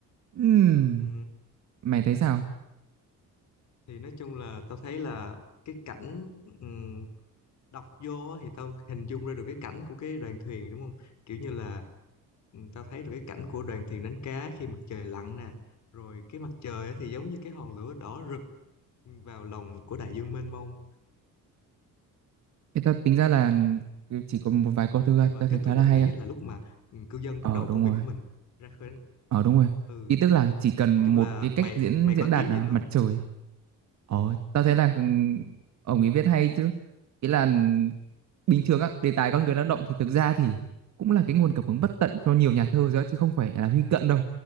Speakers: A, on the right (about 55°); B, on the left (about 55°).
A: Ừm,
B: Ừ.
A: mày thấy sao
B: thì nói chung là tao thấy là cái cảnh ừ, đọc vô á thì tao hình dung ra được cái cảnh của cái đoàn thuyền đúng không kiểu như là ừ, tao thấy được cái cảnh của đoàn thuyền đánh cá khi mặt trời lặn nè rồi cái mặt trời á thì giống như cái hòn lửa đỏ rực vào lòng của đại dương mênh mông
A: Thì tao tính ra là chỉ có một vài câu thơ ra,
B: khi mà
A: tao thấy
B: kết
A: khá
B: thúc
A: là
B: một
A: hay
B: ngày
A: á
B: á là lúc mà ừ, cư dân
A: ờ
B: bắt đầu
A: đúng
B: công việc
A: rồi
B: của mình ra khơi đánh
A: ờ đúng rồi
B: ừ
A: ý tức là chỉ cần
B: nói
A: một
B: chung là
A: cái cách
B: mày
A: diễn
B: mày
A: diễn
B: có
A: đạt
B: ý
A: à,
B: gì nữa không
A: mặt trời Ồ, tao thấy là ừ, ông ấy viết hay chứ. Ý là bình thường á, đề tài con người lao động thì thực ra thì cũng là cái nguồn cảm hứng bất tận cho nhiều nhà thơ rồi á, chứ không phải là Huy Cận đâu.